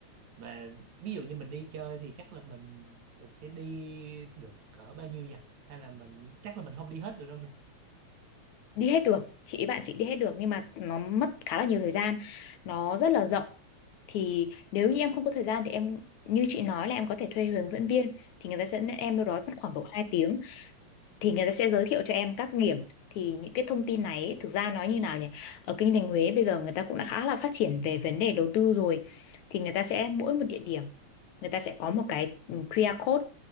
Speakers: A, on the right; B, on the left.
A: và ví dụ như mình đi chơi thì chắc là mình mình sẽ đi được cỡ bao nhiêu nhỉ hay là mình chắc là mình không đi hết được đâu nha
B: đi hết được chị bạn chị đi hết được nhưng mà nó mất khá là nhiều thời gian nó rất là rộng thì nếu như em không có thời gian thì em như chị nói là em có thể thuê hướng dẫn viên thì người ta sẽ dẫn em đâu đó mất khoảng độ hai tiếng thì người ta sẽ giới thiệu cho em các điểm thì những cái thông tin này ấy, thực ra nói như nào nhỉ ở kinh thành Huế bây giờ người ta cũng đã khá là phát triển về vấn đề đầu tư rồi thì người ta sẽ mỗi một địa điểm người ta sẽ có một cái QR code